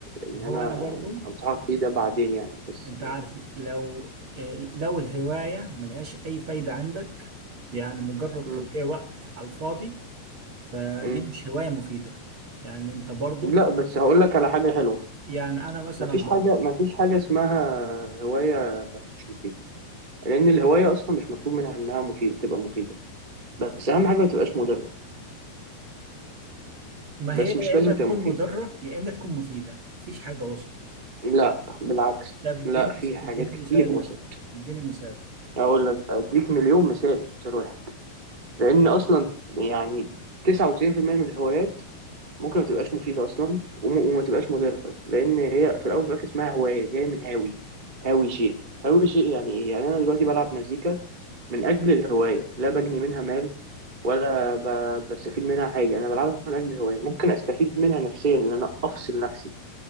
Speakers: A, on the right; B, on the right.
A: ان
B: ما
A: انا
B: هو انا برضو
A: انصحك فيه ده بعدين يعني بس
B: انت عارف لو لو الهواية ملهاش اي فايدة عندك يعني مجرد
A: مم.
B: تضييع وقت على الفاضي فدي
A: مم.
B: مش هواية مفيدة يعني انت برضو
A: لا بس هقول لك على حاجة حلوة
B: يعني انا مثلا
A: مفيش
B: برضو
A: حاجة مفيش حاجة اسمها هواية مش مفيدة لأن الهواية أصلا مش مطلوب منها إنها مفيدة تبقى مفيدة بس أهم حاجة ما تبقاش مضرة
B: ما
A: بس
B: هي يا
A: مش لازم
B: اما تكون
A: تبقى مفيدة
B: مضرة يا اما تكون مفيدة مفيش حاجة وسط
A: لا بالعكس
B: طب اديني
A: لا
B: مس-
A: في حاجات
B: اديني
A: كتير
B: مثال
A: وصل
B: مثلا اديني مثال
A: أقول لك أديك مليون مثال مش مثال واحد لان اصلا يعني 99% من الهوايات ممكن ما تبقاش مفيده اصلا وم- وما تبقاش مضره لان هي في الاول وفي الاخر اسمها هوايه جايه من هاوي هاوي شيء هاوي شيء يعني ايه يعني انا دلوقتي بلعب مزيكا من اجل الهوايه لا بجني منها مال ولا ب... بستفيد منها حاجه انا بلعبها من اجل الهوايه ممكن استفيد منها نفسيا ان انا افصل نفسي